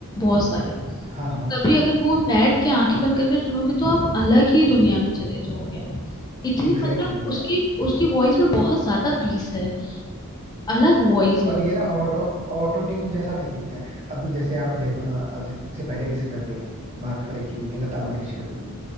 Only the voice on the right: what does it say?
हाँ हाँ
एग्जैक्टली
exactly
यार
और ये ना ऑटो ऑटो ट्यून जैसा नहीं दिखता है अभी जैसे आप देखो ना जैसे पहले के सिंगर पे बात करें कि लता मंगेशकर जी की